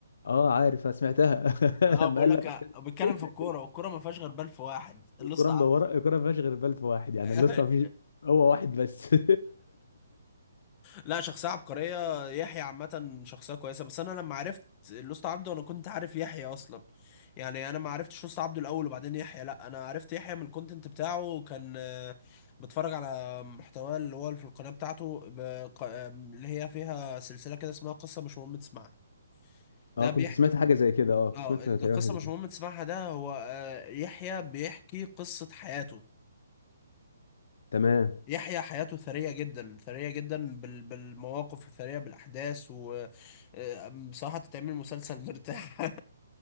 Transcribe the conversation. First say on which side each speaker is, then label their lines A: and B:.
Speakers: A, on the left; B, on the left.
A: اه عارف سمعتها <laughs>
B: اه
A: لما
B: بقول
A: قال
B: لك
A: لك
B: آه،
A: <laughs>
B: بيتكلم في الكوره والكوره ما فيهاش غير بلف واحد اللوست
A: الكرة
B: عبده
A: مدورة الكرة ما فيهاش غير بلف واحد يعني
B: <laughs>
A: الليسته ما فيش هو واحد بس
B: لا شخصية عبقرية يحيى عامة شخصية كويسة بس أنا لما عرفت لوست عبده أنا كنت عارف يحيى أصلا يعني أنا ما عرفتش لوست عبده الأول وبعدين يحيى لا أنا عرفت يحيى من الكونتنت بتاعه كان آه، بتفرج على محتواه اللي هو في القناة بتاعته بق- آه، اللي هي فيها سلسلة كده اسمها قصة مش مهم تسمعها
A: <laughs>
B: ده
A: اه كنت
B: بيحكي
A: سمعت حاجة زي كده اه كنت
B: اه
A: سمعت
B: القصة
A: تقريبا حاجة زي
B: مش
A: كده
B: مهم تسمعها ده هو آه، يحيى بيحكي قصة حياته
A: تمام
B: يحيى حياته ثرية جدا ثرية جدا بال... بالمواقف الثرية بالأحداث و آه، بصراحة تتعمل مسلسل مرتاح <laughs>